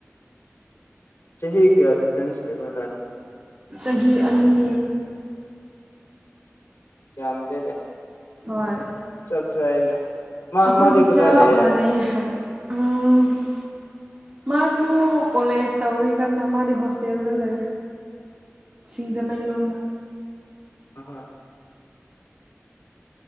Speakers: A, on the left; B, on the right.
A: ꯆꯍꯤ ꯀꯌꯥ ꯗꯤꯐ꯭ꯔꯦꯟꯁ ꯂꯩꯕ꯭ꯔ ꯅꯣꯏ
B: ꯆꯍꯤ ꯑꯅꯤ
A: ꯌꯥꯝꯗꯦꯅꯦ
B: ꯍꯣꯏ
A: ꯆꯞ ꯆꯥꯏꯗ ꯃꯥ
B: ꯑꯈꯣꯏꯗꯤ
A: ꯃꯥꯗꯤ ꯀꯗꯥꯏ
B: ꯆꯞ
A: ꯂꯩꯌꯦ
B: ꯃꯥꯟꯅꯩ ꯑꯦ ꯍꯥꯏ <unintelligible> ꯃꯥꯁꯨ ꯀꯣꯂꯦꯖ ꯇꯧꯔꯤ ꯀꯟꯅ ꯃꯥꯗꯤ ꯍꯣꯁꯇꯦꯜꯗ ꯂꯩ ꯁꯤꯡꯖꯃꯩ ꯂꯣꯝꯗ
A: ꯍ ꯍ